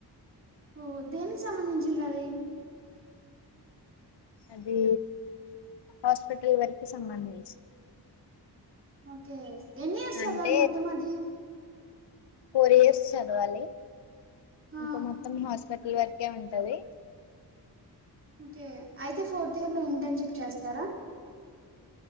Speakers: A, on the right; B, on the left.
A: ఓ దేనికి సంబంధించింది అది
B: అది హాస్పిటల్ వరకి సంబంధించి
A: ఓకే ఎన్ని ఇయర్స్ చదవల్
B: అంటే
A: మొత్తం అది
B: ఫోర్ ఇయర్స్ చదవాలి
A: ఆ
B: ఇంకా మొత్తం హాస్పి కట్ల్ వరకే ఉంటది
A: ఓకే అయితే ఫోర్త్ ఇయర్ లో ఇంటర్న్షిప్ చేస్తారా?